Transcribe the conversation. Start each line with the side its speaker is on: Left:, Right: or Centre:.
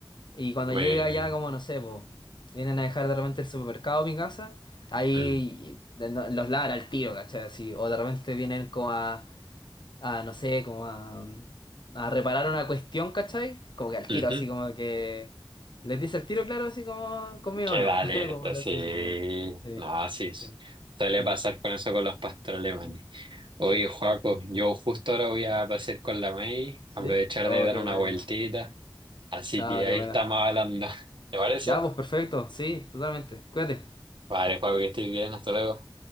Left: Y cuando
Right: Bueno.
Left: llega ya, como no sé, po, vienen a dejar de repente el supermercado a mi casa, ahí
Right: Mm.
Left: de- no- los ladra al tiro, ¿cachai? Así, o de repente vienen como a, a, no sé, como a, a reparar una cuestión, ¿cachai? Como que al
Right: Ujú.
Left: tiro, así como que les dice al tiro, claro, así como conmigo
Right: Queda
Left: no.
Right: alerta,
Left: <laughs> Como para
Right: sí.
Left: así decirlo. Sí,
Right: No, sí. s-
Left: sí.
Right: Suele
Left: Mm,
Right: pasar con eso con los pastos alemanes.
Left: mm,
Right: Oye,
Left: Sí,
Right: Joaco, yo justo ahora voy a pasar con la May,
Left: sí.
Right: aprovechar
Left: Oh,
Right: de dar
Left: qué
Right: una
Left: buena.
Right: vueltita. Así
Left: Oh,
Right: que ahí
Left: qué buena.
Right: estamos hablando. <laughs> ¿Te parece?
Left: Ya, pues perfecto, sí, totalmente. Cuídate.
Right: Vale, Joaco, que estés bien. Hasta luego.